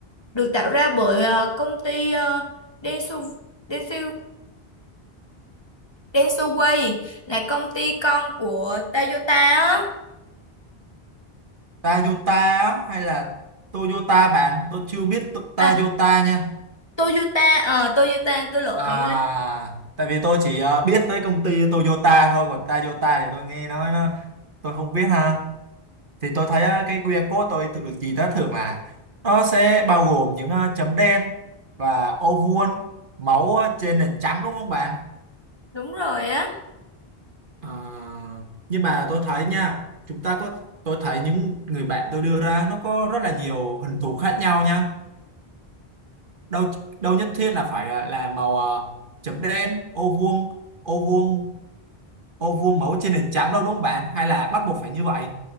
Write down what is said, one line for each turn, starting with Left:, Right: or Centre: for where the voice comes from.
Left: được tạo ra bởi ờ, công ty ờ, Denso Denso Densoway là công ty con của Toyota á
Right: Toyota á, hay là Toyota bạn? Tôi chưa biết to- Toyota
Left: à
Right: nha.
Left: Toyota ờ Toyota tôi lộn
Right: À,
Left: bạn ơi
Right: tại vì tôi chỉ ờ, biết tới công ty Toyota thôi, còn Toyota thì tôi nghe nói nó tôi không biết ha. thì tôi thấy ờ, cái QR code tôi tự được gì đó thường là nó sẽ bao gồm những ờ, chấm đen và ô vuông máu ờ, trên nền trắng đúng không bạn
Left: đúng rồi á
Right: Ờ, nhưng mà tôi thấy nha chúng ta có tôi thấy những người bạn tôi đưa ra nó có rất là nhiều hình thù khác nhau nha đâu đâu nhất thiết là phải ờ, là màu ờ, chấm đen ô vuông ô vuông ô vuông máu trên nền trắng đâu đúng không bạn hay là bắt buộc phải như vậy